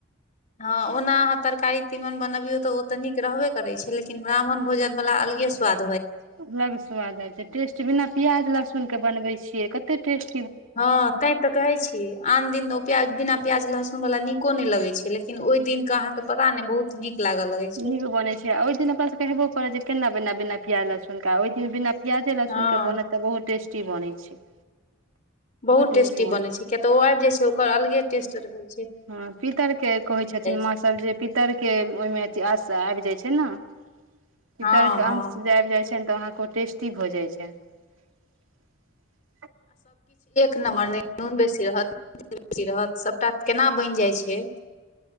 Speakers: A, on the left; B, on the right.
A: हाँ ओना अहाँ तरकारी, तीमन बनबियौ तऽ ओ ते नीक रहबे करै छै, लेकिन ब्राह्मण भोजन बला अलगे सुआद
B: अलग स्वाद आय छै, टेस्ट बिना प्याज, लहसुन के बनबै छियै क ते टेस
A: हाँ तैते कहै छी आन दिन ओ प्याज बिना प्याज, लहसुन वला नीको नै लगे छै। लेकिन ओय दिन का अहाँ के पता नै बहुत नीक लागऽ लगै छै
B: नीक बनै छै, ओय दिन अपना सबके हेबो करै जे केना बिना, बिना पियाज लहसुन के, ओय दिन बिना प्याजे, लहसुन
A: हँ
B: के बनत ते बहुत टेस्टी बनै छै।
A: बहुत
B: नीक
A: टेस्टी
B: बन
A: बनै छै, किया ते ओ आब जाय छै ओकर अलगे टेस्ट रहे
B: हाँ पितर के कहै छथिन माँ
A: छै
B: सब जे पितर के ओय मे इ आास आबि जाइ छै ने। शीतल
A: हँ
B: के
A: हँ
B: अंश आबि जाइ छै ने तऽ वहाँ। टेी भऽ जाइ छै। <unintelligible>
A: नमर नहि नून बेसी रहत। <unintelligible> बेसी रहत सबटा केना बैन जाय छै।